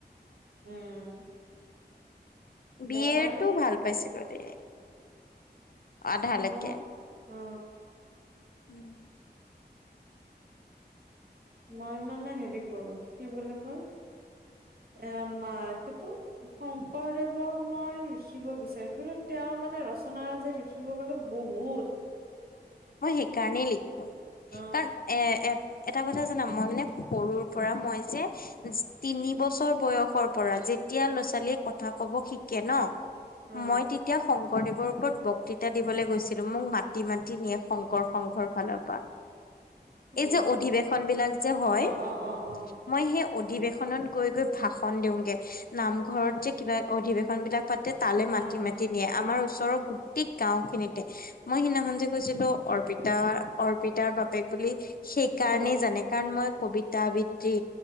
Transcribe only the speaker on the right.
উম।
মই
মই অ
মই মানে হেৰি কৰো কি বুলি কয় এয়া মা কেতো শংকৰদেৱৰ মই লিখিব বিচাৰিছো কিন্তু তেওঁৰ মানে ৰচনা যে লিখি খিব গ'লে বহুত।
অ
অ
অ
অ অ অ অ
হা হা
অ